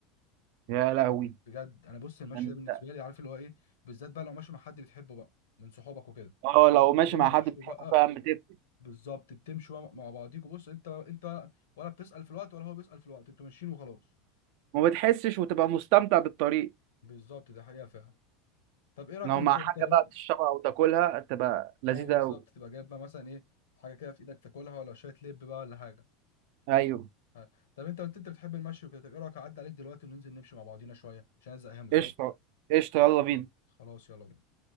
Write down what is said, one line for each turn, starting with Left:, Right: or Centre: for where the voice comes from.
Right: يا لهوي
Left: بجد انا بص المشي
Right: انت
Left: ده بالنسبه لي عارف اللي هو ايه بالذات بقى لو ماشي مع حد بتحبه بقى من صحابك وكده
Right: اه لو ماشي
Left: بتمشوا
Right: مع حد بتحبه
Left: بقى
Right: فعلا بتبكي
Left: بالظبط بتمشوا مع مع بعضيكوا بص انت انت ولا بتسأل في الوقت ولا هو بيسأل في الوقت انتوا ماشيين وخلاص
Right: وما بتحسش وتبقى مستمتع بالطريق
Left: بالظبط ده حقيقه فعلا طب ايه رايك
Right: لو
Left: انت
Right: مع حاجة
Left: انت
Right: بقى تشربها او تاكلها تبقى لذيذة
Left: اه بالظبط
Right: قوي
Left: تبقى جايب بقى مثلا ايه حاجه كده في ايدك تاكلها ولا شويه لب بقى ولا حاجه
Right: ايوه
Left: ها. طب انت قلت انت بتحب المشي وكده طب ايه رايك اعدي عليك دلوقتي وننزل نمشي مع بعضينا شويه عشان انا زهقان بصراحه
Right: قشطة قشطة يلا بينا
Left: خلاص يلا بينا